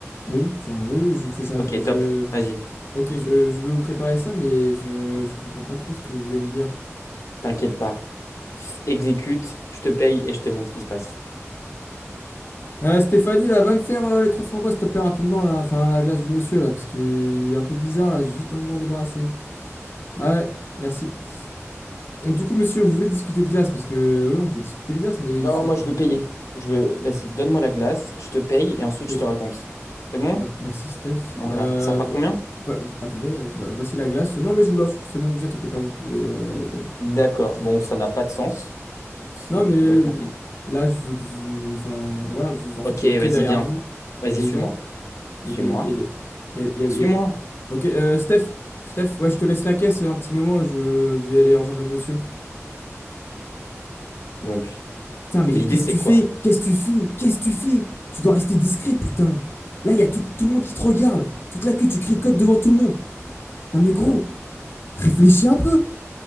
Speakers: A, on the left (about 50°); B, on the left (about 80°).
A: Oui, enfin oui, oui, je vous fais ça,
B: Ok,
A: mais je.
B: top, vas-y.
A: Ok,
B: Vas-y,
A: je, je vais vous préparer ça, mais je, je comprends pas trop ce que vous voulez me dire.
B: T'inquiète pas. F- Exécute, je te paye et je te montre ce qui se passe.
A: Euh, Stéphanie, là, va me faire euh, les trois framboises, s'il te plaît, rapidement, là. Enfin, la glace du monsieur, là, parce qu'il est un peu bizarre, là. J'ai vite envie de m'en débarrasser. Ah ouais, merci. Donc, du coup, monsieur, vous voulez discuter de glace, parce que, oui, on peut discuter de glace, mais
B: Non,
A: vous.
B: moi je veux payer. Je veux... Vas-y, donne-moi la glace, je te paye et ensuite
A: Ok.
B: je te raconte. C'est bon?
A: Mer- Merci Steph.
B: Voilà.
A: Euh,
B: Ça fera
A: vo-
B: combien?
A: vo- attendez, vo- voici la glace. Non mais je vous l'offre, c'est bon, vous inquiétez pas, vous pouvez euh, y aller.
B: D'accord. Bon, ça n'a pas de sens. C'est
A: Non mais
B: complètement...
A: l-
B: dé-
A: là je veux que vous, enfin voilà, vous, en
B: Ok,
A: fait il y a une queue
B: vas-y,
A: derrière
B: viens.
A: vous,
B: Vas-y,
A: il y a des
B: suis-moi.
A: gens,
B: Suis-moi.
A: il y a des, il y a des, il y a, il y a
B: Suis-moi.
A: des. Ok, euh, Steph, Steph, ouais je te laisse la caisse un petit moment, je vais aller rejoindre le monsieur.
B: Donc,
A: Putain mais
B: l'idée
A: qu'est-ce
B: c'est
A: que tu
B: quoi?
A: fais? Qu'est-ce que tu fais? Qu'est-ce que tu fais? Tu dois rester discret putain. Là il y a tout, tout le monde qui te regarde, toute la queue, tu cricotes devant tout le monde. Non mais gros, réfléchis un peu.